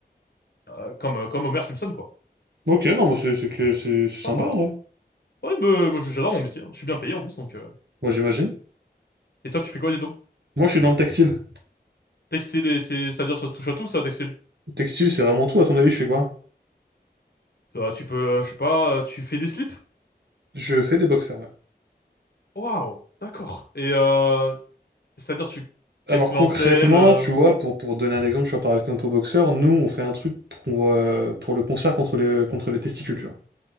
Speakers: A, on the left; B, on the right.
A: euh, comme, euh, comme Homer Simpson, quoi.
B: Ok, non, mais c'est c'est que- c'est- c'est sympa,
A: Enfin, voilà.
B: en vrai.
A: Ouais, bah, moi, j'adore mon métier, hein. Je suis bien payé en plus, donc... euh.
B: Moi, j'imagine.
A: Et toi, tu fais quoi, dis donc?
B: Moi, je suis dans le textile.
A: Textile, et c'est- c'est-à-dire ça touche à tout, ça, textile?
B: Le textile, c'est vraiment tout. À ton avis, je fais quoi?
A: Toi, tu peux, euh, je sais pas, euh, tu fais des slips?
B: Je fais des boxers, ouais.
A: Waouh, d'accord. Et, euh, c'est-à-dire tu...
B: Alors,
A: Quelle clientèle?
B: concrètement,
A: euh,
B: tu vois, pour, pour donner un exemple, tu vois, par exemple, aux boxeur. nous, on fait un truc pour, euh, pour le concert contre les, contre les testicules, tu vois.